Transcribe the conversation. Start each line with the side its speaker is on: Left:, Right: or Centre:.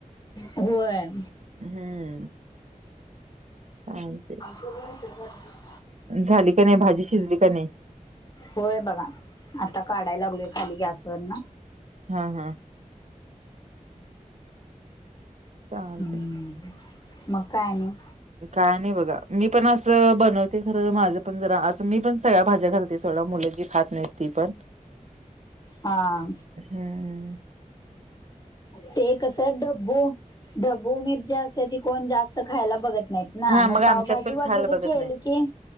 Left: होय.
Right: हम्म. ह ते
Left: जोग जरर आहे.
Right: झाली का नाही भाजी शिजली का नाही.
Left: होय बघा आता काढायला लागलोय खाली गॅसवरर ना.
Right: हा हा. चालते.
Left: हम्म मग काय नाही.
Right: काय नाही बघा मी पण असं बनवते खरं माझं पण जरा असं मी पण सगळ्या भाज्या घालते. थोडा मुलाची खात नाही ती पण
Left: हा.
Right: हम्म.
Left: ते कस डब्बू ढबू मिरची असते ती कोण जास्त खायला बघत नाहीत ना
Right: हा
Left: मग पावभाजी
Right: आमच्यात पण
Left: वगैरे
Right: खायला
Left: के
Right: बघत
Left: केली
Right: नाही
Left: की